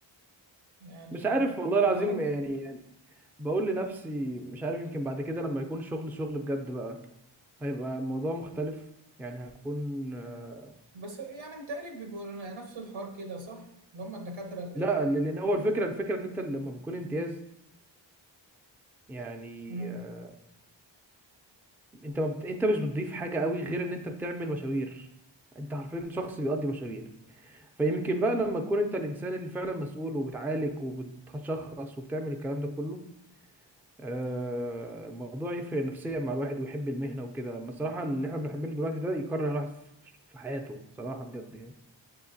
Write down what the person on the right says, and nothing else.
يعني
أهو
بس يعني متهيألي بيبقوا نفس الحوار كده صح؟ اللي هم الدكاترة اللي
مم.